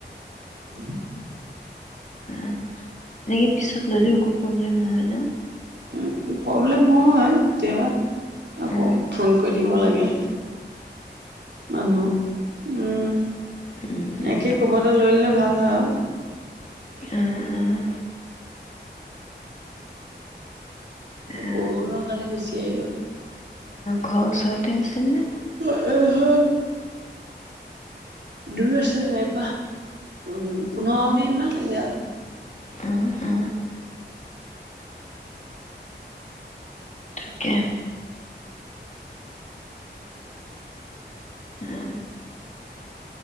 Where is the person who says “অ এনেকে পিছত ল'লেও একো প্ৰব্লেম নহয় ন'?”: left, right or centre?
Left